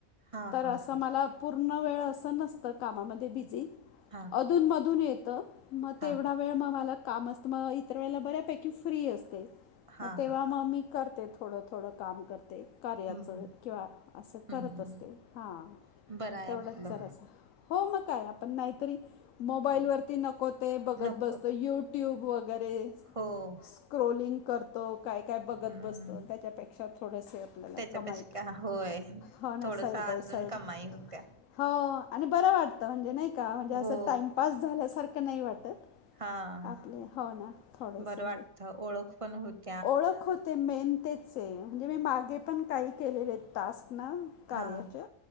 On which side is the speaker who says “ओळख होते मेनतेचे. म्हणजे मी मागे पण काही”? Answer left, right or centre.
Left